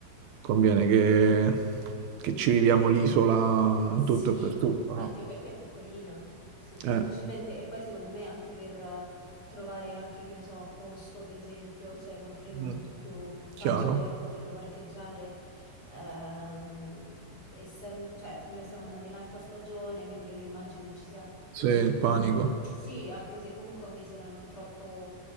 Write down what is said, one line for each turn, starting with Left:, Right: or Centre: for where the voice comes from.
Right: conviene che, che ci viviamo l'isola
Left: Sì,
Right: in tutto e per tutto,
Left: anche
Right: no?
Left: perché è piccolina, si gira
Right: Eh,
Left: facilmente e poi secondo me anche per eh, trovare anche, che ne so, posto per esempio, cioè il motorino è
Right: Mm.
Left: molto più, più facile
Right: chiaro.
Left: poterlo parcheggiare, ehm, essen- cioè noi stiamo andando in alta stagione, quindi io immagino che ci sia pure
Right: Sì,
Left: un...
Right: il panico,
Left: non- sì, anche se comunque è un'isola non troppo